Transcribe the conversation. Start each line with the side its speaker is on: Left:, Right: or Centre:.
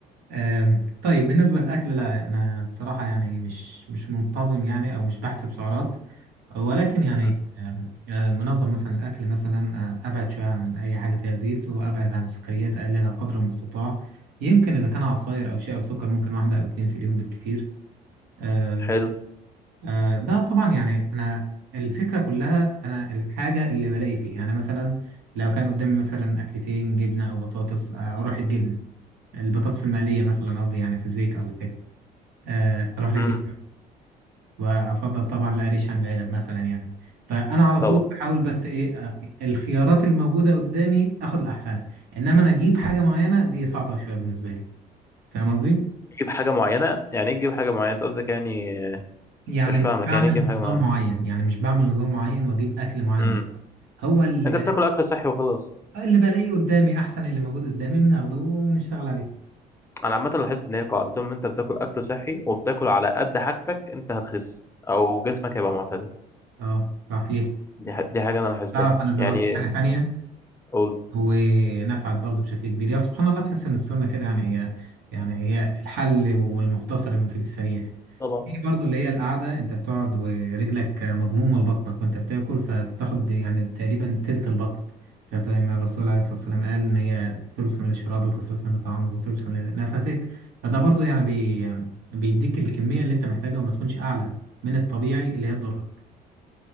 Right: آم، طيب بالنسبة للأكل لا أنا الصراحة يعني مش مش منتظم يعني أو مش بحسب سعرات ولكن يعني
Left: مم.
Right: آم، آه، منظم مثلا الأكل مثلا آه، أبعد شوية عن أي حاجة فيها زيت وأبعد عن السكريات أقللها قدر المستطاع يمكن إذا كان عصاير أو شيء أو سكر ممكن واحدة أو اتنين في اليوم بالكثير آه،
Left: حلو
Right: آه، ده طبعا يعني أنا الفكرة كلها أنا الحاجة اللي بلاقي فيها يعني مثلا لو كان قدامي مثلا أكلتين جبنة أو بطاطس آه، أروح للجبنة البطاطس المقلية مثلا قصدي يعني في الزيت ولا حاجة آه، اروح للجيم
Left: امم
Right: وافضل طبعا القريش عن العلب مثلا يعني فانا على
Left: طبعا
Right: طول بحاول بس ايه آه، الخيارات الموجوده قدامي اخد الاحسنه انما انا اجيب حاجه معينه دي صعبه شويه بالنسبه لي فاهم قصدي
Left: تجيب حاجه معينه يعني ايه تجيب حاجه معينه انت قصدك يعني
Right: يعني
Left: مش
Right: مش
Left: فاهمك
Right: بعمل
Left: يعني ايه تجيب حاجه
Right: نظام
Left: معينه
Right: معين يعني مش بعمل نظام معين واجيب اكل معين
Left: امم
Right: هو اللي
Left: انت
Right: بلاقيه
Left: بتاكل اكل صحي وخلاص
Right: اللي بلاقيه قدامي احسن اللي موجود قدامي بناخده ونشتغل عليه
Left: انا عامه لاحظت ان هي قاعده طول ما انت بتاكل اكل صحي وبتاكل على قد حاجتك انت هتخس او جسمك هيبقى معتدل
Right: اه صحيح
Left: دي, ح... دي حاجه انا لاحظتها
Right: تعرف انا جربت
Left: يعني
Right: حاجه ثانيه
Left: قول
Right: ونفعت برضه بشكل كبير يا سبحان الله تحس ان السنه كده يعني هي يعني هي الحل والمختصر المفيد السريع
Left: طبعا
Right: في برضه اللي هي القعده انت بتقعد ورجلك مضمومه لبطنك وانت بتاكل فبتاخد يعني تقريبا تلت البطن فزي ما الرسول عليه الصلاه والسلام قال ان هي ثلث لشرابك وثلث لطعامك وثلث لنفسك فده برضه يعني بي بيديك الكميه اللي انت محتاجها وما تكونش اعلى من الطبيعي اللي هي تضرك